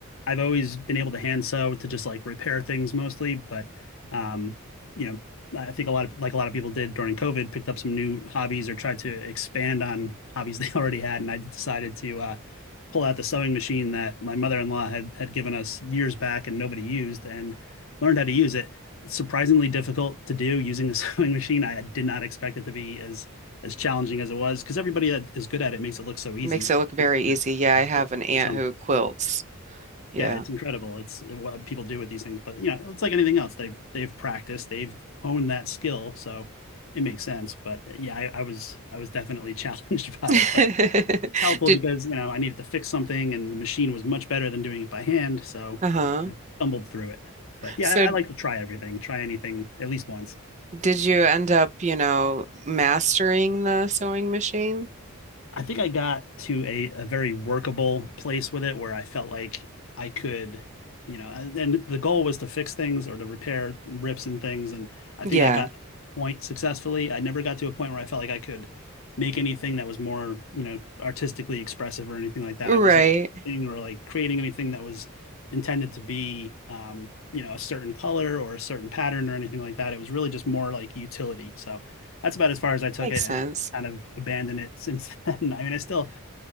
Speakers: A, on the left; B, on the right.
A: I've always been able to hand sew to just like repair things mostly, but um, you know, I think a lot of like a lot of people did during COVID, picked up some new hobbies or tried to expand on hobbies <laughs> they already had. And I decided to uh, pull out the sewing machine that my mother-in-law had had given us years back and nobody used, and learned how to use it. It's surprisingly difficult to do using a <laughs> sewing machine. I did not expect it to be as as challenging as it was because everybody that is good at it makes it look so easy.
B: Makes it look very
A: You
B: easy.
A: know,
B: Yeah, I have an aunt
A: or something.
B: who quilts. Yeah.
A: Yeah, it's incredible. It's what people do with these things, but you know, it's like anything else. They they've practiced, they've honed that skill, so it makes sense. But yeah, I, I was I was definitely <laughs> challenged by
B: <laughs>
A: it, but it's helpful
B: Did
A: because you know I needed to fix something, and the machine was much better than doing it by hand, so
B: uh-huh.
A: I stumbled through it. But yeah,
B: So
A: I, I like to try everything, try anything at least once.
B: did you end up, you know, mastering the sewing machine?
A: I think I got to a, a very workable place with it where I felt like I could, you know, and and the goal was to fix things or to repair rips and things. And I
B: Yeah.
A: think I got to a point successfully. I never got to a point where I felt like I could make anything that was more, you know, artistically expressive or anything like that.
B: Right.
A: I wasn't thing or like creating anything that was intended to be, um, you know, a certain color or a certain pattern or anything like that. It was really just more like utility. So that's about as far as I took
B: Makes
A: it
B: sense.
A: kind
B: <laughs>
A: of abandoned it since <laughs> then. I mean, I still,